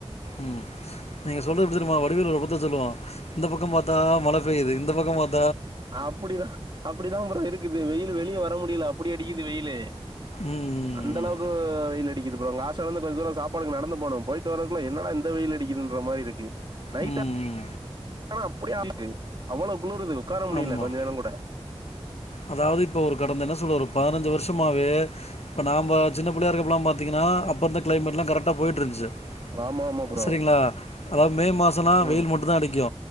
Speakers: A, on the left; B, on the right.
A: ம் நீங்க சொல்றது எப்டி தெரிமா வடிவேல் ஒரு‌ படத்துல சொல்லுவா இந்த பக்கம் பாத்தா மழ பெய்து இந்த பக்கம் பாத்
B: அப்புடிதா அப்புடிதா ப்ரோ இருக்குது வெயில் வெளியே வர முடியல அப்டி அடிக்குது வெயிலு
A: ம்
B: அந்த
A: ம்
B: அளவுக்கு வெயிலு அடிக்கிது ப்ரோ அங்க ஹாஸ்டல் இருந்து கொஞ்ச தூரோ சாப்பாடுக்கு நடந்து போனோ போயிட்டு வரதுகுள்ள என்னடா இந்த வெயிலு அடிக்கிதுன்ற மாரி இருக்கு நைட்
A: ம்
B: ஆனா அப்டியே <unintelligible> கு அவ்வளவு குளுருது உக்கார முடியில
A: ஆமாம்
B: கொஞ்ச நேரோ கூட
A: அதாவது இப்ப ஒரு கடந்த என்ன சொல்லவரு பதினஞ்சி வருஷமாவே இப்ப நா‌ பாத் சின்ன புள்ளையா இருக்கப்பல்லா பாத்தீங்கன்னா அப்பருந்த கிளைமேட்லா கரெக்டா போயிட்டுருந்துச்
B: ஆமா ஆமா ப்ரோ
A: சரிங்களா அதாவது மே மாசோன்னா
B: ம்
A: வெயில் மட்டுந் தா அடிக்கு